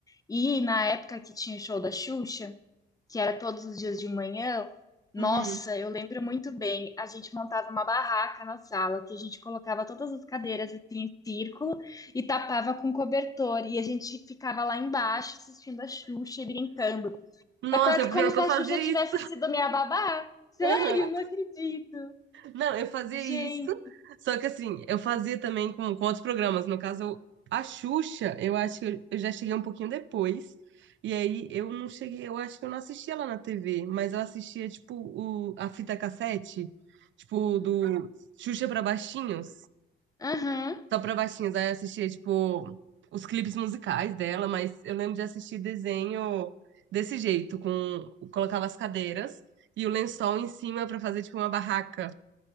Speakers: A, on the left; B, on the right.
A: E na época que tinha o show da Xuxa, que era todos os dias de manhã, nossa,
B: Uhum.
A: eu lembro muito bem. A gente montava uma barraca na sala, que a gente colocava todas as cadeiras assim, em círculo e tapava com cobertor. E a gente ficava lá embaixo assistindo a Xuxa e brincando.
B: Nossa,
A: É quase
B: pior
A: como
B: que
A: se
B: eu
A: a
B: fazia
A: Xuxa tivesse
B: isso.
A: sido minha babá. Sério,
B: <laughs>
A: não acredito.
B: Não, eu fazia
A: Gente.
B: isso, só que assim, eu fazia também com, com outros programas. No caso, eu- a Xuxa, eu acho que eu, eu já cheguei um pouquinho depois. E aí eu não cheguei, eu acho que eu não assistia lá na TV, mas eu assistia, tipo, o, a fita cassete, tipo, do Xuxa pra Baixinhos,
A: Aham.
B: só pra Baixinhos. Aí eu assistia, tipo, os clipes musicais dela, mas eu lembro de assistir desenho desse jeito, com, colocava as cadeiras e o lençol em cima pra fazer, tipo, uma barraca.